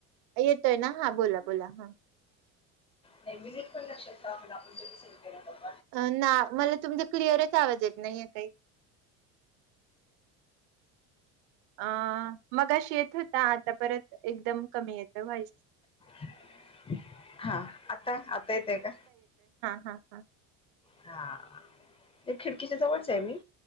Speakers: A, on the right; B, on the left.
A: येतोय ना, हां बोला बोला हां.
B: नाही विजिट पण करू शकता <unintelligible>
A: अ ना मला तुमचा क्लिअरच आवाज येत नाहीय काही. अं मघाशी येत होता आता परत एकदम कमी येतं व्हाईस.
B: <inaudible> हां आता, आता येतोय का?
A: हां-हां
B: हां, ते खिडकीच्या जवळच आहे मी.